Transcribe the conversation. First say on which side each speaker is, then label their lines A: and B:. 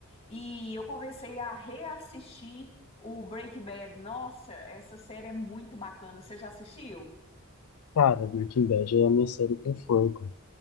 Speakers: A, on the left; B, on the left.
A: E eu comecei a reassistir o Breaking Bad. Nossa, essa série é muito bacana. Você já assistiu?
B: Cara, Breaking Bad é a minha série conforto.